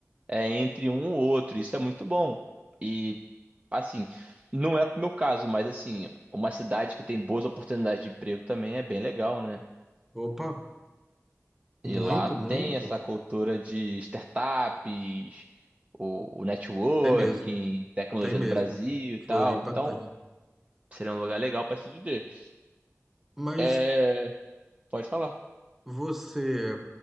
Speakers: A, on the right (about 25°); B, in the centre.
A: é, entre um ou outro. Isso é muito bom. E, assim, não é pro meu caso, mas, assim, uma cidade que tem boas oportunidades de emprego também é bem legal, né?
B: Opa,
A: E
B: muito,
A: lá tem
B: muito.
A: essa cultura de startups, o, o networking,
B: Tem mesmo,
A: tecnologia
B: tem mesmo.
A: do Brasil e tal.
B: Floripa
A: Então,
B: tem.
A: seria um lugar legal para se viver.
B: Mas
A: É, pode falar.
B: você,